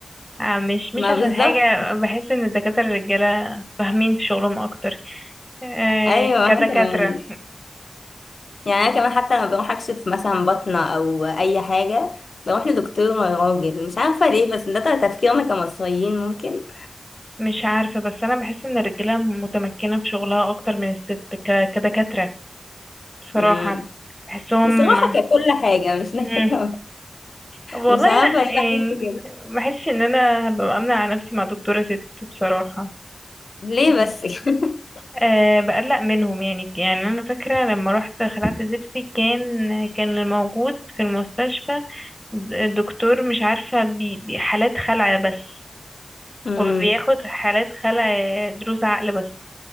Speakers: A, in the centre; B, on the left.
A: آه، مش مش
B: ما
A: عشان
B: بالظبط
A: حاجة بحس إن الدكاترة الرجالة فاهمين في شغلهم أكتر آه،
B: ايوه
A: كدكاترة
B: انا كمان يعني انا كمان حتى لما بروح اكشف مثلا بطنة او اي حاجة بروح لدكتور راجل مش عارفة ليه بس ده تفكيرنا كمصريين ممكن
A: مش عارفة بس أنا بحس إن الرجالة متمكنة في شغلها أكتر من الست ك... كدكاترة بصراحة
B: امم
A: بحسهم
B: بصراحة ككل حاجة مش <laughs> نكتة
A: مم. والله
B: مش عارفة
A: لا يعني
B: ليه بحس كده
A: ما بحسش إن أنا هبقى أمنع على نفسي مع دكتورة ست بصراحة
B: ليه
A: مم.
B: بس <laughs>
A: أه بقلق منهم يعني يعني أنا فاكرة لما رحت خلعت زبسي كان كان الموجود في المستشفى د- الدكتور مش عارفة بي... بي- حالات خلع بس
B: مم.
A: وبياخد حالات خلع دروس عقل بس